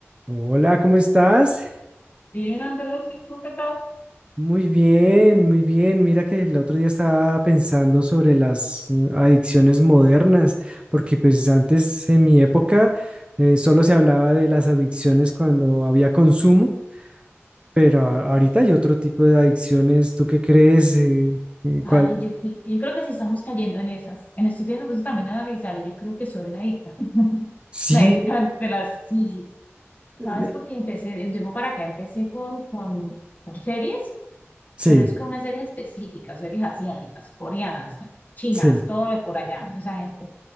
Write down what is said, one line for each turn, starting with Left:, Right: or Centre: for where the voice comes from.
Right: Hola, ¿cómo estás?
Left: Bien, Andrés, ¿y tú qué tal?
Right: Muy bien, muy bien. Mira que el otro día estaba pensando sobre las mm, adicciones modernas, porque pues antes en mi época eh, solo se hablaba de las adicciones cuando había consumo, pero a- ahorita hay otro tipo de adicciones. ¿Tú qué crees? Eh, eh,
Left: Ay,
Right: ¿cuál?
Left: yo, yo creo que sí estamos cayendo en esas. En estos días me gusta también analizar y yo creo que soy una adicta. <laughs>
Right: Sí,
Left: Una adicta de las series.
Right: eh,
Left: ¿Sabes? Porque empecé de un tiempo para acá, empecé con, con, con series,
Right: sí,
Left: pero es con unas series específicas, series asiáticas, coreanas, chinas,
Right: sí,
Left: todo de por allá, esa gente.